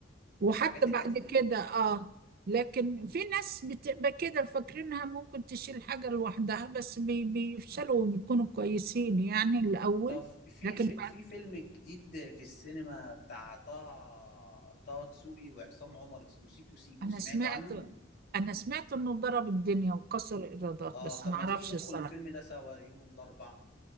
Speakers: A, on the right; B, on the left.
A: وحتى
B: الحاجات القديمة
A: بعد كده
B: دي
A: اه لكن في ناس بتبقى كده فاكرينها ممكن تشيل حاجة لوحدها بس بي- بيفشلوا وبيكونوا كويسين يعني الاول
B: طب في
A: لكن
B: في في
A: بعد
B: فيلم جديد في السينما بتاع طه طه دسوقي وعصام عمر اسمه سيكو سيكو
A: انا
B: سمعت
A: سمعت
B: عنه؟
A: انا سمعت انه ضرب الدنيا وكسر ايرادات
B: اه
A: بس
B: طب
A: ما
B: ما
A: اعرفش
B: تيجي ندخل
A: الصراحة
B: الفيلم ده سوا يوم الأربعاء